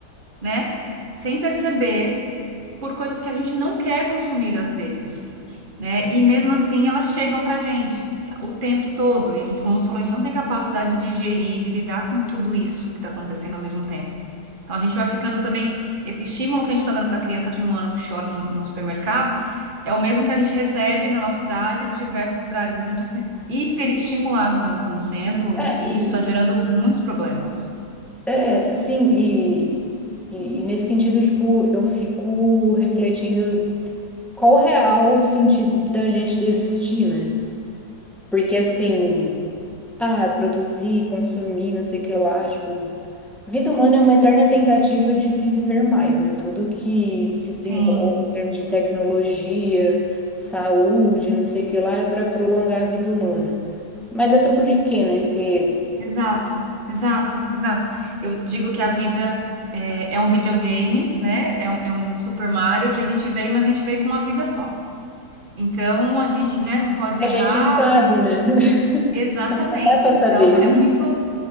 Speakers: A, on the right (about 30°); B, in the centre.
A: né? Sem perceber por coisas que a gente não quer consumir às vezes, né? E mesmo assim elas chegam pra gente o tempo todo e a gente, como você falou, a gente não tem capacidade de gerir, de lidar com tudo isso que tá acontecendo ao mesmo tempo. Então a gente vai ficando também esse estímulo que a gente tá dando pra criança de um ano que chora no, no supermercado é o mesmo que a gente recebe na nossa cidade de diversos lugares. Então a gente tá sendo hiperestimulados nós estamos sendo
B: É,
A: e, e
B: e,
A: isso está gerando muitos problemas.
B: é, sim, e, e, e nesse sentido, tipo, eu fico refletindo qual o real sentido da gente existir, né? Porque, assim. ah, produzir, consumir, não sei o que lá, tipo, vida humana é uma eterna tentativa de se viver mais, né? Tudo que se
A: Sim.
B: desenvolve em termos de tecnologia, saúde, não sei o que lá, é para prolongar a vida humana. Mas a troco de quê, né? Porque
A: Exato, exato, exato. Eu digo que a vida é, é um videogame, né? É, um é um Super Mario que a gente veio, mas a gente veio com uma vida só. Então a gente, né, não pode
B: a
A: errar.
B: gente sabe, né? <laughs>
A: Exatamente.
B: Dá para saber.
A: Então é muito,